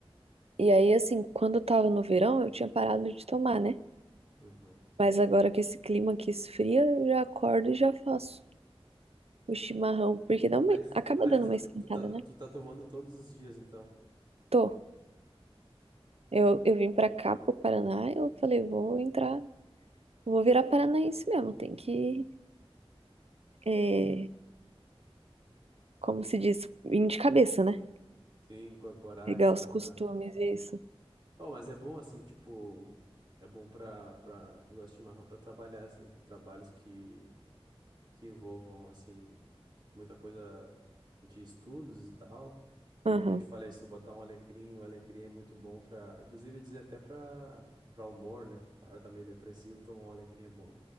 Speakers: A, on the right; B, on the right.
A: e aí, assim, quando eu tava no verão, eu tinha parado de tomar, né?
B: Uhum.
A: Mas agora que esse clima aqui esfria, eu já acordo e já faço o chimarrão, porque dá uma,
B: Aí, tu-
A: acaba
B: aí
A: dando uma esquentada,
B: tu, tá, tu tá
A: né?
B: tu tá tomando todos os dias, então.
A: Tô. Eu, eu vim pra cá, pro Paraná, eu falei, vou entrar, vou virar paranaense mesmo, tem que, é, como se diz, vir de cabeça, né?
B: Sim, incorporar,
A: Pegar
B: incorporar.
A: os costumes e isso.
B: Oh, mas é bom, assim, tipo, é bom pra, pra, eu gosto de chimarrão pra trabalhar, assim, trabalhos que que envolvam, assim, muita coisa de estudos e tal. E
A: Aham.
B: é que nem eu te falei, se tu botar um alecrim, o alecrim é muito bom pra, inclusive dizer até pra, pra humor, né? O cara tá meio depressivo, tomar um alecrim é bom.